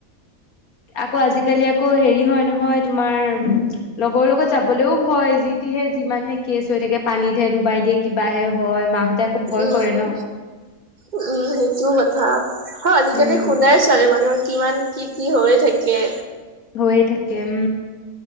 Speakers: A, on the left; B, on the right.
A: আকৌ আজিকালি আকৌ হেৰি হয় নহয় তোমাৰ লগৰ লগত যাবলেও ভয় যি তেতিহে যিমান হে কেছ হৈ থাকে পানীতহে ডুবাই দিয়ে কিবাহে হয় মাহ একো ভয়
B: উম
A: কৰে ন
B: উম সেইটোও কথা অ আজিকালি
A: উম,
B: শুনাই ছোৱালী মানুহৰ কিমান কি কি হৈ থাকে
A: হৈয়ে থাকে উম